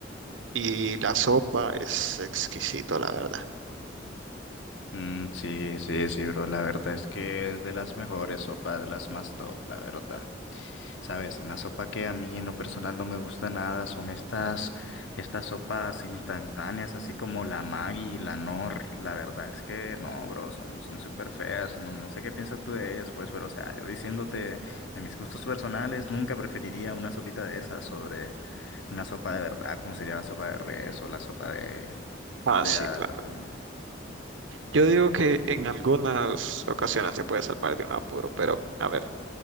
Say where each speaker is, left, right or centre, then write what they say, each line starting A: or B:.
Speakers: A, on the right (about 80°); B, on the left (about 80°).
A: y la sopa es exquisito, la verdad.
B: Mm, sí, sí, sí, bro. La verdad es que es de las mejores sopas, de las más top, la verdad. Sabes, una sopa que a mí en lo personal no me gusta nada son estas, estas sopas instantáneas, así como la Maggi y la Nor. La verdad es que no, bro, son, son súper feas. No, no sé qué piensas tú de ellas, pues, pero o sea, yo diciéndote de mis gustos personales, nunca preferiría una sopita de esas sobre una sopa de verdad, como sería la sopa de res o la sopa de,
A: Ah,
B: de
A: sí,
B: albóndigas.
A: claro. Yo digo que en algunas ocasiones se puede salvar de un apuro, pero a ver,